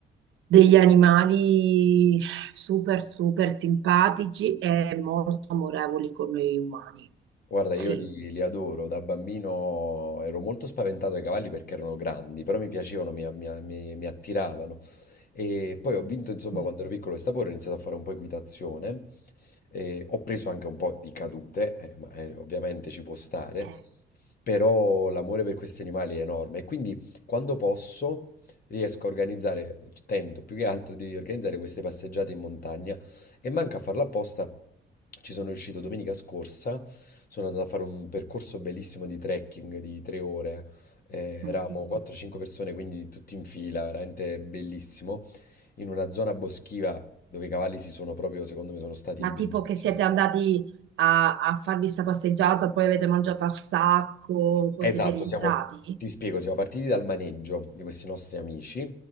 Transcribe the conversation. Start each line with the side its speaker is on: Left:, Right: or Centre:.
Right: degli animali super, super simpatici e molto amorevoli con noi umani.
Left: Guarda,
Right: Sì.
Left: io li, li adoro, da bambino ero molto spaventato dai cavalli perché erano grandi, però mi piacevano, mi mi- mi- mi attiravano. E poi ho vinto, insomma,
Right: Mm.
Left: quando ero piccolo questa porra, ho iniziato a fare un po' equitazione. E ho preso anche un po' di cadute, eh, ma eh, ovviamente ci può stare,
Right: Eh,
Left: però l'amore per questi animali è enorme. E quindi quando posso riesco a organizzare, tento più che altro di organizzare queste passeggiate in montagna e manca a farla apposta. Ci sono riuscito domenica scorsa, sono andato a fare un percorso bellissimo di trekking di tre ore, eh,
Right: Mm.
Left: eravamo
Right: mm.
Left: 4-5 persone, quindi tutti in fila, veramente bellissimo in una zona boschiva dove i cavalli si sono proprio, secondo me, sono stati
Right: Ma
Left: benissimo.
Right: tipo che siete andati a, a farvi sta passeggiata, poi avete mangiato al sacco,
Left: Esatto,
Right: poi siete rientrati?
Left: siamo, ti spiego, siamo partiti dal maneggio di questi nostri amici